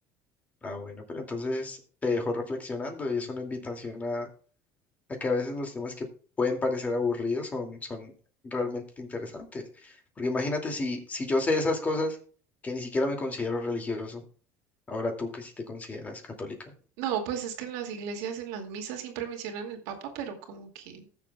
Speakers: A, on the left; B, on the right.
A: Ah, bueno, pero entonces te dejo reflexionando y es una invitación a, a que a veces los temas que pueden parecer aburridos son, son realmente interesantes. Porque imagínate si, si yo sé esas cosas que ni siquiera me considero religioso, ahora tú que si te consideras católica.
B: No, pues es que en las iglesias, en las misas siempre mencionan el papa, pero como que